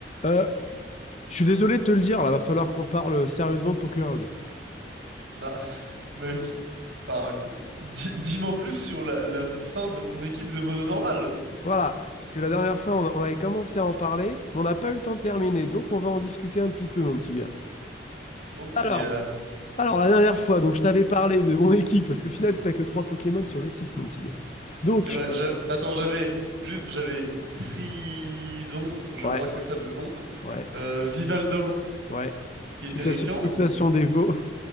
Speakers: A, on the left (about 40°); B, on the right (about 80°).
A: Euh, je suis désolé de te le dire, là, va falloir qu'on parle sérieusement de Pokerog.
B: Bah, <laughs> mec, enfin, co- di- dis-moi en plus sur la, la fin de ton équipe de mono normal,
A: Voilà, parce que la dernière fois, on, a- on avait commencé à en parler, mais on n'a pas eu le temps de terminer, donc on va en discuter un petit peu, mon petit gars.
B: mon petit
A: Alors,
B: gars.
A: alors la dernière fois, donc je t'avais parlé de mon équipe, parce qu'au final, t'as que 3 Pokémon sur les six, mon petit gars. Donc,
B: C'est vrai, j'a- attends, j'avais juste, j'avais Frison, je
A: ouais,
B: crois que c'est ça le nom,
A: ouais,
B: euh, Vivaldin,
A: ouais.
B: qui
A: Fixation,
B: est terrifiant,
A: fixation
B: donc
A: des veaux.